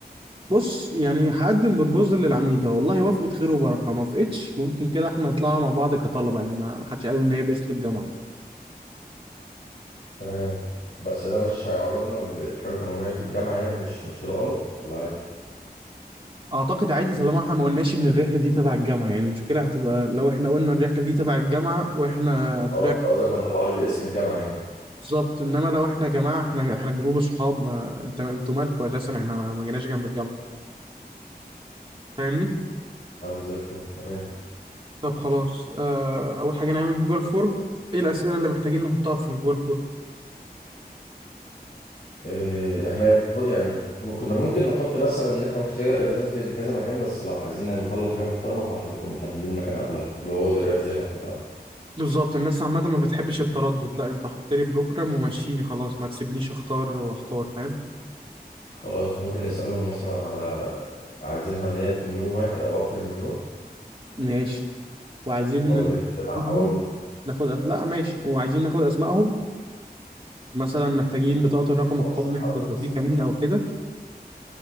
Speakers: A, on the right (about 30°); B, on the left (about 65°).
A: بص يعني هقدم بربوزل للعميدة والله وافقت خير وبركة ما وافقتش ممكن كده احنا نطلعها مع بعض كطلبة يعني ما ما حدش قال ان هي باسم الجامعة
B: تمام بس ده مش هيعرضنا ل- لحاجه قانونيه في الجامعه يعني مش مش كده غلط ولا عادي
A: اعتقد عادي طالما احنا ما قلناش ان الرحلة دي تبع الجامعة يعني المشكلة هتبقى لو احنا قلنا الرحلة دي تبع الجامعة واحنا طلعنا
B: اه انت قصدك ما نطلعهاش باسم الجامعه يعني
A: بالظبط انما لو احنا يا جماعة احنا احنا جروب صحاب ما انت انتوا مالكوا اساسا احنا ما ما جيناش جنب الجامعة فاهمني؟
B: يا عم زي الفل تمام
A: طب خلاص اه اول حاجة نعمل جوجل فورم ايه الأسئلة اللي محتاجين نحطها في الجوجل فورم
B: إيه، احنا ب- يعني من- كنا ممكن نحط مثلا ان احنا نخير الناس بين كذا مكان بس لا عايزين نطلع حاجه محترمه فاحنا نكون محددين المكان قبلها اللي هو وادي الريان زي ما اتفقنا
A: بالظبط الناس عامة ما بتحبش التردد لا انت حط لي بروجرام ومشيني خلاص ما تسيبنيش اختار واحتار فاهم
B: خلاص ممكن نسالهم مثلا على عايزينها ان هي تكون يوم واحد او اكتر من يوم
A: ماشي وعايزين
B: ولا
A: ن-
B: دي نحددها احنا
A: اسمائهم
B: برضه
A: ناخد أس... لا ماشي وعايزين ناخد اسمائهم مثلا محتاجين بطاقة الرقم القومي
B: أو مثلا العدد
A: عشان
B: مثلا
A: لو في كمين او كده